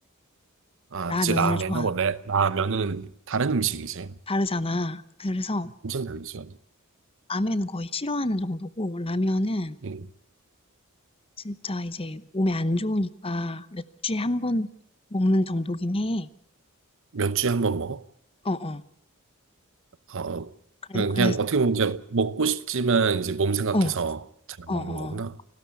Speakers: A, on the right; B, on the left.
A: 아,
B: 라면을
A: 그치, 라면하고
B: 좋아.
A: 레, 라면은 다른 음식이지.
B: 다르잖아. 그래서
A: 엄청 다르지.
B: 라면은 거의 싫어하는 정도고 라면은
A: 음
B: 진짜 이제 몸에 안 좋으니까 몇 주에 한 번 먹는 정도긴 해.
A: 몇 주에 한 번 먹어?
B: 어, 어.
A: 어,
B: 그래,
A: 그냥,
B: 그래.
A: 그냥 어떻게 보면 이제 먹고 싶지만 이제 몸 생각해서
B: 어, 어,
A: 잘 안 먹는
B: 어.
A: 거구나.